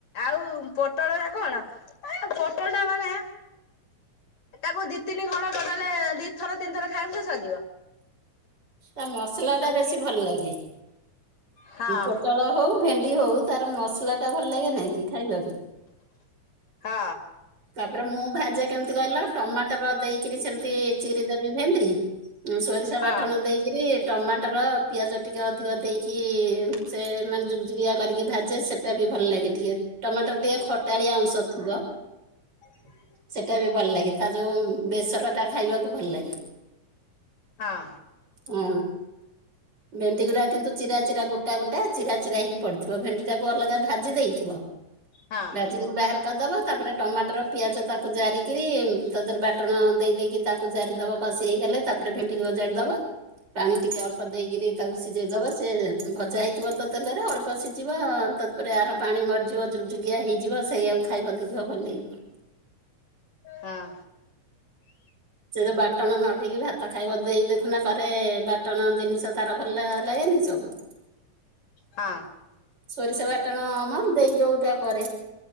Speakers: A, on the left; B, on the right.
A: ଆଉ ପୋଟଳ ଗୁରା କଣ ପୋଟଳ ଟା ମାନେ ତାକୁ ଦି ତିନି ଖଣ୍ଡ ଟୋଟା ଲେ ଦିଥର ତିନିଥ ଖାଇବୁ ସେ ସରିଜିବ।
B: ତା ମସଲା ଟା ବେଶୀ
A: ଟିକେ
B: ଭଲ ଲାଗେ
A: ହଁ
B: ପୋଟଳ ହଉ ଭେଣ୍ଡି ହଉ ତାର ମସଲା ଟା ଭଲ ଲାଗେ ନାଇଁ କି ଖାଇବାକୁ।
A: ହଁ।
B: ତାପରେ ମୁଁ ଭାଯେ କେମିତି କହିଲ ଟମାଟର ଦେଇକି। ସେମତି ଚିରି ଦେବି ଭେଣ୍ଡି ସୋରିଷା
A: ହଁ
B: ବାଟଣ ଦେଇକି। ରି ଟମାଟର ପିଆଜ ଟିକେ ଅଧିକ ଦେଇକି ସେ ମାନେ ଜୁଗଜୁଗିଆ କରିକି ଭାଜେ ସେଟା ବି ଭଲ ଲାଗେ ଟିକେ ଟମାଟର ଟିକେ ଖଟାଳିଆ ଅଂଶ ଥିବ।
A: ଆଛା।
B: ସେଇଟା ବି ଭଲ ଲାଗେ ତା ଯୋଉ ବେସର ଟା ଖାଇବାକୁ ଭଲ ଲାଗେ।
A: ହଁ।
B: ହୁଁ। ଭେଣ୍ଡି ଗୁଡା କିନ୍ତୁ ଚିରା ଚିରା ଗୋଟା ଗୋଟା ଚିରା ଚିରା ହେଇକି ପଡିଥିବ ଭେଣ୍ଡି ଟାକୁ ଅଲଗା ଭାଜି ଦେଇଥିବ। <inaudible>
A: ହଁ।
B: ଚିରିକି ବାହାର କରିଦବ ତାପରେ ଟମାଟର ପିଆଜ ତାକୁ ଜାରିକିରି ତା ଦେହରେ ବାଟଣ ଦେଇ ଦେଇକିରୀ ତାକୁ ଜାରିଦବ। କଶି ହେଇଗଲେ ତାପରେ ଭେଣ୍ଡିିକି ଓଜାଡିଦବ ପାଣି ଟିକେ ଅଳ୍ପ ଦେଇକିରି ତାକୁ ସିଝେଇ ଦବ ସିଏ ଭଜା ହେଇଥିବ ତ ତେଲରେ ଅଳ୍ପ ସିଝିବ ତାପରେ ଆର ପାଣି ମରିଯିବ ଜୁକଯୁକିଆ ହେଇଯିବ ସେଇଆକୁ ଖାଇବ ଦେଖିବ ଭଲ ଲାଗିବ।
A: ହଁ।
B: ସେ ଯୋଉ ବାଟଣ ନଗେଇକି ଭାତ ଖାଇବ ଦେଇ ଦେଖୁନା କରେ ବାଟଣ ଜିନିଷ ତାର ଭଲ ଲାଗେନି ସବୁ। <inaudible>
A: ହଁ।
B: ସୋରିଷ ବାଟଣମ ଦେଇ ଯୋଉ ଟା କରେ